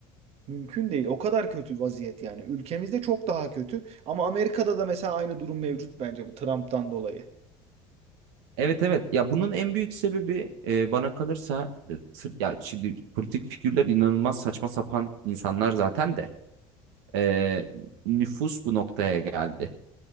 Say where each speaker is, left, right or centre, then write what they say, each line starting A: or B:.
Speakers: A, on the right; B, on the right.
A: Mümkün değil. O kadar kötü vaziyet yani. Ülkemizde çok daha kötü. Ama Amerika'da da mesela aynı durum mevcut bence bu Trump'tan dolayı.
B: Evet evet ya bunun en büyük sebebi e, bana kalırsa e, sır- ya şimdi politik figürler inanılmaz saçma sapan insanlar zaten de e, nüfus bu noktaya geldi.